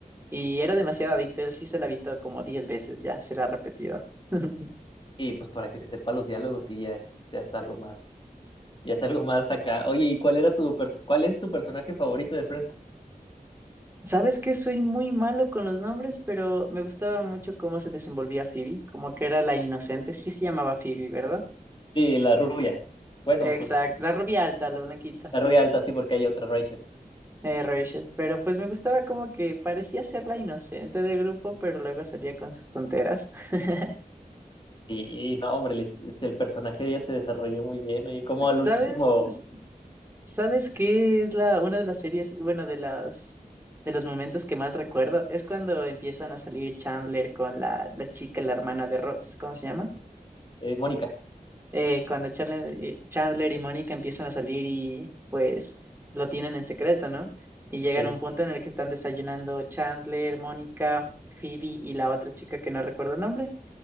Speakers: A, on the right; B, on the left.
A: Y era demasiado adicto. Él sí se la ha visto como 10 veces ya, se la ha repetido. <laughs>
B: Y pues para que se sepa los diálogos, sí, ya es, ya es algo más, ya es algo más acá. Oye, ¿y cuál era tu perso- cuál es tu personaje favorito de Friends?
A: Sabes que soy muy malo con los nombres, pero me gustaba mucho cómo se desenvolvía Phoebe, como que era la inocente. Sí se llamaba Phoebe, ¿verdad?
B: Sí, la rubia. Bueno,
A: Exacto,
B: pues
A: la rubia alta, la blanquita,
B: la rubia alta, sí, porque hay otra Rachel.
A: eh, Rachel. Pero pues me gustaba como que parecía ser la inocente del grupo, pero luego salía con sus tonteras. <laughs>
B: Y, y no, hombre, le- es el personaje de ella se desarrolló muy bien. Oye, como al último,
A: ¿Sabes? ¿Sabes qué es la, una de las series, bueno, de las, de los momentos que más recuerdo? Es cuando empiezan a salir Chandler con la, la chica, la hermana de Ross, ¿cómo se llama?
B: eh, Mónica.
A: eh, cuando Chandler, y Chandler y Mónica empiezan a salir y pues lo tienen en secreto, ¿no? Y llegan
B: Sí.
A: a un punto en el que están desayunando Chandler, Mónica, Phoebe y la otra chica que no recuerdo el nombre.